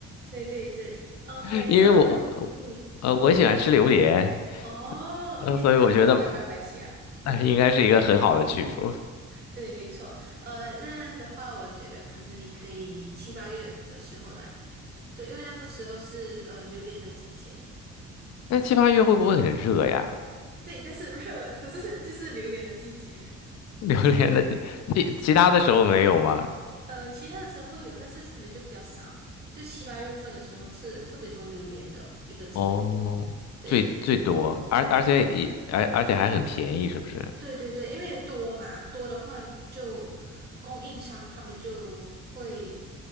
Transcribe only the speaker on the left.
<laughs> 因为我我呃我喜欢吃榴莲。
嗯，所以我觉得
那应该是一个很好的去处。
那七八月会不会很热呀？
<laughs> 榴莲的其其他的时候没有吗？
哦，
最最多，而而且也而而且还很便宜，是不是？